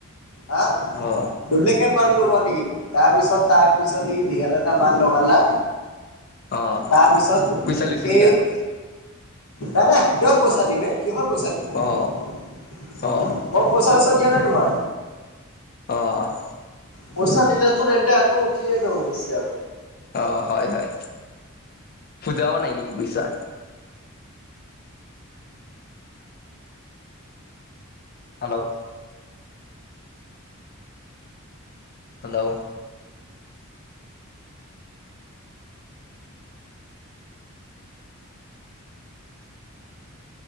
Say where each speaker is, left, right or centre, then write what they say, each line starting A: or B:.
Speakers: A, on the left; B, on the left.
A: হা,
B: অ
A: ডুপ্লিকেট মাল লগোৱা নেকি তাৰ পিছত তাৰ পিছত সি ৰিয়েল এটা মাল লগালে।
B: অ
A: তাৰপিছত
B: পইচা লৈছে নেকি
A: এই,
B: আৰু
A: নাই নাই কিহত পইচা দিম হে কিহৰ পইচা দিম।
B: অ অ
A: বৰ পইচা চইচা দিয়া নাই তোমাৰ,
B: অহ,
A: পইচা দিলেচোন এন্তে আকৌ উঠিয়ে দওঁ বেছি আগত।
B: অ হয় হয় খুজাও নাই নেকি পইছা। Hello, hello,